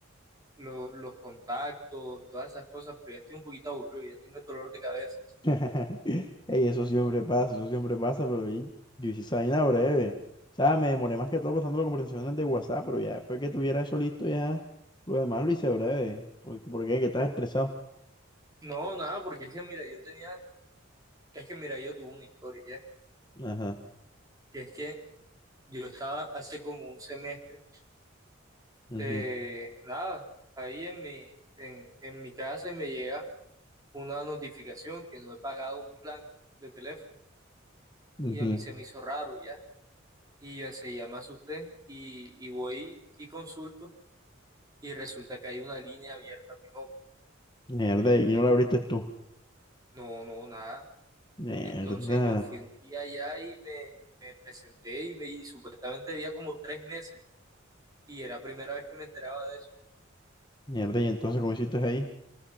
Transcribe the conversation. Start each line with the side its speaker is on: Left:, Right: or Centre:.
Right: lo- los contactos, todas esas cosas, pero ya estoy un poquito aburrido, ya tengo el dolor de cabeza.
Left: <laughs> Ey, eso siempre pasa, eso siempre pasa, pero y- yo hice esa vaina breve. O sea, me demoré más que todo pasando las conversaciones de WhatsApp, pero ya después que tuviera eso listo, ya lo demás lo hice breve. ¿Por, por qué? ¿Que estás estresado?
Right: No, nada, porque es que mira, yo tenía, es que mira, yo tuve una historia ya,
Left: Ajá.
Right: que es que yo estaba hace como un semestre,
Left: ujú,
Right: eh, nada, ahí en mi, en, en mi casa y me llega una notificación que no he pagado un plan de teléfono.
Left: ujú.
Right: y a mí se me hizo raro ya. Y yo enseguida me asusté y, y voy y consulto y resulta que hay una línea abierta a mi nombre.
Left: Mierda, y no lo abriste tú.
Right: No, no, nada.
Left: Mierda.
Right: Entonces yo fui un día allá y me, me presenté y me y supuestamente había como tres meses y era la primera vez que me enteraba de eso.
Left: Mierda, y entonces, ¿cómo hiciste ahí?